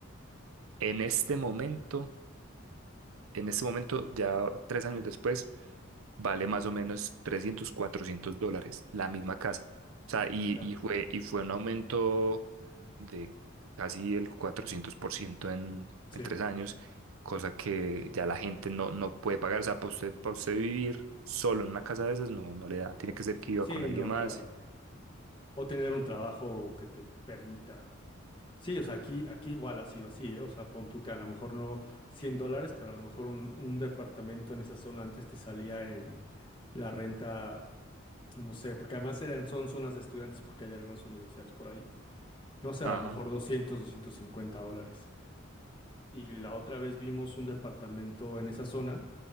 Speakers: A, on the right; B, on the left.
A: En este momento, en este momento, ya tres años después, vale más o menos 300 400 dólares la misma casa. O sea, y,
B: ya.
A: y fue, y fue un aumento de casi el 400% en,
B: Sí,
A: en tres años, cosa que ya la gente no, no puede pagar. O sea, para usted, para usted vivir solo en una casa de esas, no, no le da. Tiene que ser que viva
B: sí,
A: con alguien
B: no,
A: más.
B: claro. O tener un trabajo que te permita Sí, o sea, aquí, aquí igual ha sido así, ¿eh? O sea, pon tú que a lo mejor no 100 dólares, pero a lo mejor un, un departamento en esa zona antes te salía en la renta, no sé, porque además eran, son zonas de estudiantes porque hay algunas universidades por ahí. No sé,
A: Ajá.
B: a lo mejor doscientos, doscientos cincuenta dólares. Y la otra vez vimos un departamento en esa zona